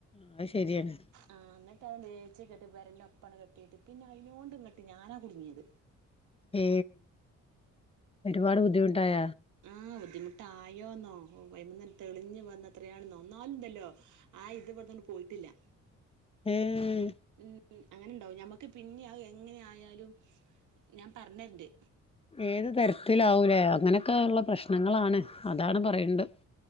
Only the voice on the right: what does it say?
ആഎന്നിട്ട് ആ ഏച്ചി കെട്ടി പറയണ്ട പ്പണ് കെട്ടിയട്ട് പിന്നെ അതിനോണ്ട് ഇങ്ങോട്ട് ഞാനാ കുടുങ്ങിയത്
ആ ബുദ്ധിമുട്ടായോന്നോ ഓ വൈമന്ന് തെളിഞ്ഞു വന്ന അത്രയാണോ ന്നാലുംണ്ടല്ലോ ആ ഇത് ഇബട്ന്നാണ്ട് പോയിട്ടില്ല.
ഉം ഉം അങ്ങനെണ്ടാവും ഞമ്മക്ക് പിന്നെ എങ്ങനെ ആയാലും ഞാൻ പറ്ഞ്ഞെരണ്ട്